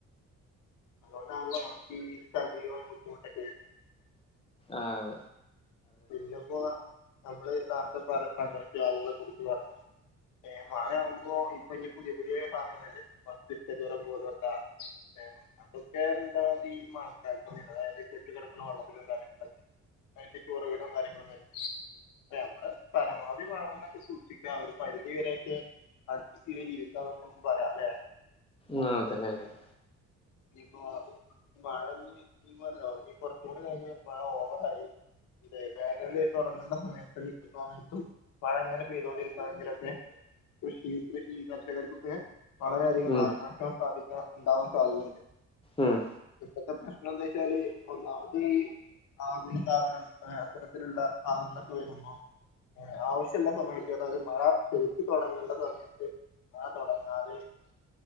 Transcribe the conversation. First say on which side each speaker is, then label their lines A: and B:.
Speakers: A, on the left; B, on the left.
A: അതുകൊണ്ടാണല്ലോ. നമുക്ക് ഈ ശരീരവും ബുദ്ധിമുട്ടൊക്കെ ആരുന്നു.
B: ആഹ
A: പിന്നെപ്പോ നമ്മള് നേരത്തെ പറ പങ്കടുക്ക ആളുകളെ കുറിച്ച് പറഞ്ഞു മഴ ആവുമ്പോ ഇപ്പൊ ഇനി പുതിയ പുതിയാ സനങ്ങൾ. <unintelligible> അതൊക്കെ രണ്ടാത് ഈ മഴ അതായത് കെട്ടികിടക്കുന്ന വെള്ളത്തിലും കാര്യങ്ങളൊക്കെ അ <inaudible> കാര്യങ്ങളൊക്കെ നമ്മുടെ പരമ ആ വേ എന്നൊക്കെ സൂക്ഷിക്കുക ഒരു പരിധിവരെെയൊക്കെ അഡ്ജസ്റ്റ് ജീവിതാക്കെ നമുക്ക് പറയാം അല്ലെ
B: ആഹ് അതന്നെയാരുന്നു.
A: ഇപ്പോ. മഴ പറഞ്ഞീനല്ലോ കുറച്ചൂടെ കഴിഞ്ഞ മഴ ഓവറായി ഇല്ലേ. മ ഉറങ്ങേണ്ട സമയത്ത്ട്ടും മഴ എങ്ങനെ പെയ്തൊണ്ടിരിക്കുകയാണെങ്കിലൊക്കെ കൃഷി കൃഷി കർഷകർക്കൊക്കെ വളരെയധികം
B: ഉം
A: നാശനഷ്ടം സാധിക്കും ഉണ്ടാവാൻ സാധ്യതുണ്ട്
B: ഉം
A: ഇപ്പത്തെ പ്രശ്നം എന്ത വെച്ചാല് ഒന്നാമത് ഈ ആകുല ഉണ്ടാവണം അത്തരത്തിലുള്ള സാധനങ്ങളൊക്കെ വരുമ്പോ ആവശ്യമുള്ള സമയത്ത് അതായത് മഴ ശരിക്ക് തുടങ്ങണ്ട സമയത്ത്. ആ തുടങ്ങാല്.